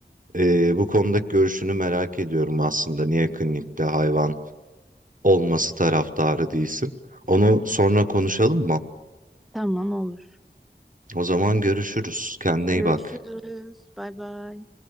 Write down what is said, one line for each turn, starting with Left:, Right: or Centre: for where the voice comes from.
Right: ee, bu konudaki görüşünü merak ediyorum aslında niye klinikte hayvan olması taraftarı değilsin. Onu sonra konuşalım mı?
Centre: Tamam olur.
Right: O zaman görüşürüz. Kendine iyi
Centre: Görüşürüz.
Right: bak.
Centre: Bay bay.